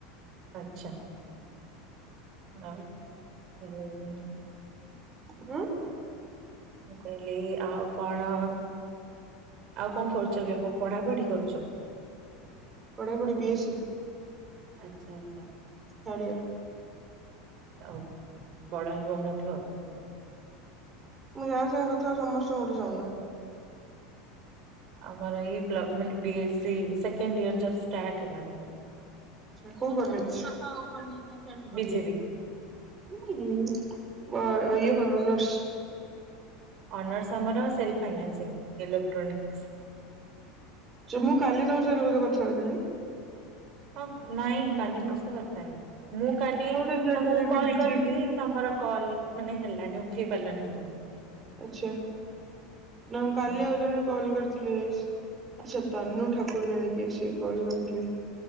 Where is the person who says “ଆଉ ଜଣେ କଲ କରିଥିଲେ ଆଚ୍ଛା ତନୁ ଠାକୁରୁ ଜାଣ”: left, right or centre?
Right